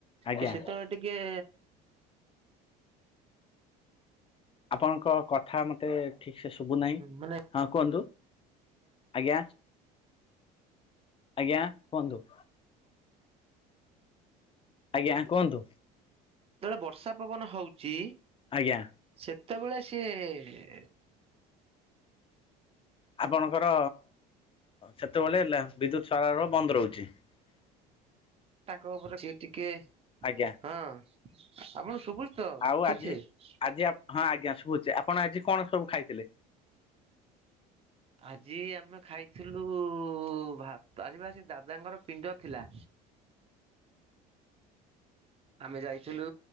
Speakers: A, on the left; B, on the right.
A: ଆଜ୍ଞା
B: ସେ ସେତେବେଳେ ଟିକେ
A: ଆପଣଙ୍କ କଥା ମତେ ଠିକ୍ ସେ ଶୁଭୁନାହିଁ,
B: ମାନେ
A: ହଁ କୁହନ୍ତୁ? ଆଜ୍ଞା ଆଜ୍ଞା କୁହନ୍ତୁ? ଆଜ୍ଞା କୁହନ୍ତୁ?
B: ଯେତେବେଳେ ବର୍ଷା ପବନ ହଉଛି?
A: ଆଜ୍ଞା।
B: ସେତେବେଳେ ସିଏ
A: ଆପଣଙ୍କର ସେତେବେଳେ ଲା ବିଦ୍ୟୁତ ସାର ବନ୍ଦ ରହୁଛି। <inaudible>
B: ତାଙ୍କ ଉପରେ ସେ ଟିକେ
A: ଆଜ୍ଞା
B: ହଁ ଆପଣ ସୁଭୁଚି ତ
A: ଆଉ
B: ଠିକ
A: ଆଜି
B: ସେ?
A: ଆଜି ହଁ ଆଜ୍ଞା ଶୁଭୁଛି, ଆପଣ ଆଜି କଣ ସବୁ ଖାଇଥିଲେ?
B: ଆଜି ଆମେ ଖାଇଥିଲୁ, ଭାତ ଆଜି ବା ସେ ଦାଦାଙ୍କର ପିଣ୍ଡ ଥିଲା।
A: <inaudible>
B: ଆମେ ଯାଇଥିଲୁ